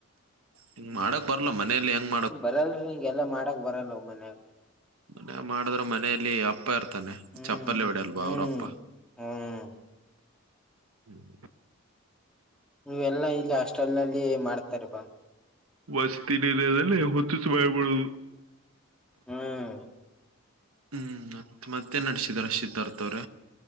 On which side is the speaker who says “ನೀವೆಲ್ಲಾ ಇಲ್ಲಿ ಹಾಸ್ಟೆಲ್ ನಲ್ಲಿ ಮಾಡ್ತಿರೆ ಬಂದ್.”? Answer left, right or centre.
Centre